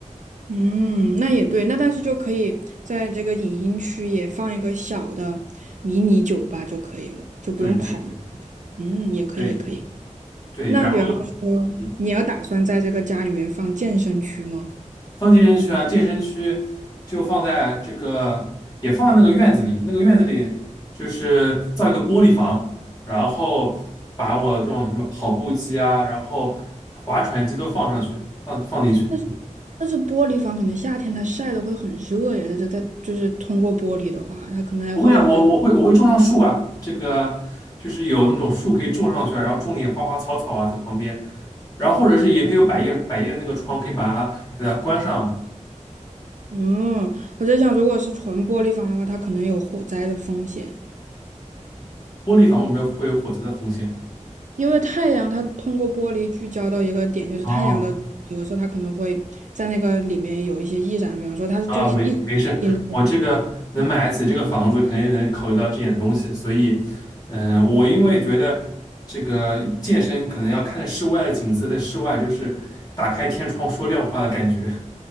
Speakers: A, on the right; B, on the left.
A: 嗯，那也对，那但是就可以在这个影音区也放一个小的迷你酒吧就可以了，就不用跑。
B: 对对对
A: 嗯，也可以，
B: 对。
A: 也可以。
B: 对，
A: 那比方说，
B: 然后嗯
A: 你要打算在这个家里面放健身区吗？
B: 放健身区啊，健身区就放在这个，也放在那个院子里，那个院子里就是造一个玻璃房，然后把我这种什么跑步机啊，然后划船机都放上去，放放进去。
A: 但是但是玻璃房可能夏天它晒的会很热呀，这这它就是通过玻璃的话，它可能还会有这个，
B: 不会啊，我我会我会种上树啊，这个就是有那种树可以种上去啊，然后种点花花草草啊在旁边，然后或者是也可以有百叶百叶那个窗可以把它给它关上啊，
A: 嗯，我在想，如果是纯玻璃房的话，它可能有火灾的风险，
B: 玻璃房为什么会有火灾的风险？
A: 因为太阳它通过玻璃聚焦到一个点，就是太阳的折射，
B: 哦，
A: 它可能会在那个里面有一些易燃，比方说它就一一直盯在那个地方。
B: 啊，没没事，我这个能买得起这个房子，肯定能考虑到这点东西，所以，嗯、我因为觉得这个健身可能要看室外的景色，在室外就是打开天窗说亮话的感觉。